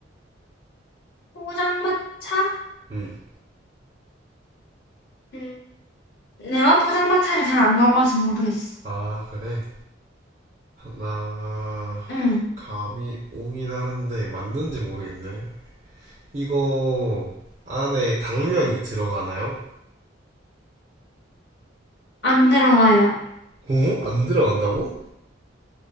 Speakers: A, on the left; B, on the right.
A: 포장마차?
B: 음.
A: 음. 내가 포장마차를 잘 안 가봐서 모르겠어.
B: 아, 그래? 나
A: 응.
B: 감이 오긴 하는데 맞는지 모르겠네. 이거 안에 당면이 들어가나요?
A: 안 들어가요.
B: 어? 안 들어간다고?